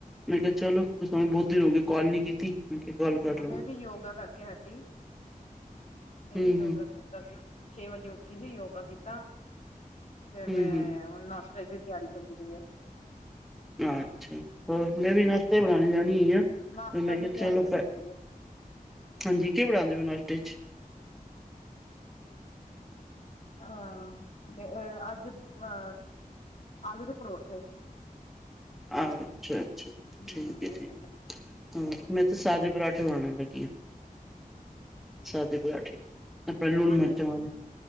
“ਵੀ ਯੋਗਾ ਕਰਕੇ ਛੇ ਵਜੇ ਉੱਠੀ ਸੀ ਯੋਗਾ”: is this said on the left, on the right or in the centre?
Left